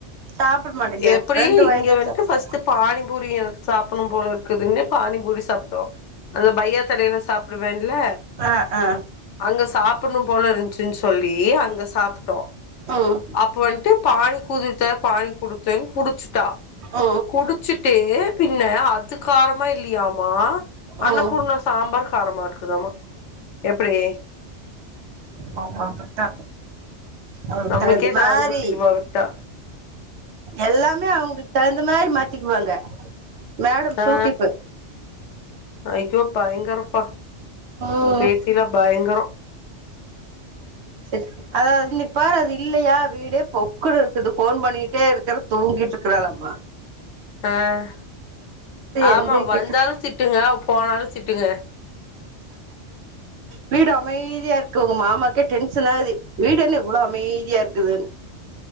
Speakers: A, on the right; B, on the left.
A: சாப்பிட மாட்டேங்கிற
B: எப்டி
A: ரெண்டு வாய்
B: இங்க
A: தா
B: வன்டு
A: சாப்ட்டா
B: ஃபர்ஸ்ட்ட் பானிபூரி எனக்கு சாப்புனும் போல இருக்குதுன்னு பானிபூரி சத்தம் அந்த ஃபையா கடையில சாப்பிடுவேன்ல
A: ஆ ஆ
B: அங்க சாப் பிணும் போல இருந்துச்சுன்னு சொல்லி அங்க சாப்ட்டோ
A: ம்
B: அப்ப வன்ட்டு பாணி குடுத்ல பானி குடுத்த குடிச்சு ட்டா
A: ம்
B: குடிச்சு ட்டு பின்ன அது காரமா இல்லயாமா
A: ம்
B: அன்னபூர்ணா சாம்பார் காரமா இருக்குதாமா எப்பிடி
A: அவங்க அப்டித்தா அவங்களுக்கு
B: நம்மளுக்கே
A: தகுந்த
B: காது
A: மாரி
B: குத்திருவா விட்டா
A: எல்லாமே அவங்களுக்கு தகுந்த மாரி மாத்தி த்திக்குவாங்க மேடம் சூட்டிப்பு
B: ஆ ஐயோ பயாங்கறப்பா
A: ம்
B: உன் பேச்சில பயங்கரம்
A: செரி அதாது பார் அது இல்லயா வீடே பொக்குனு இருக்குது போன் பண்ணிட்டே இருக்கற தூங்கிட்டு இருக்குறாளாம்மா
B: ஆஹ் ஆமா
A: எந்திரிக்கட்டு
B: வந்தாலும் திட்டுங்க போனாலும் ச்சிட்டுங்க
A: வீடு அமைதியா இருக்கு உங்க மாமாக்கே டென்ஷன் ஆகுது வீடென்னு இவ்ளோ அமைதியா இருக்குதுன்னு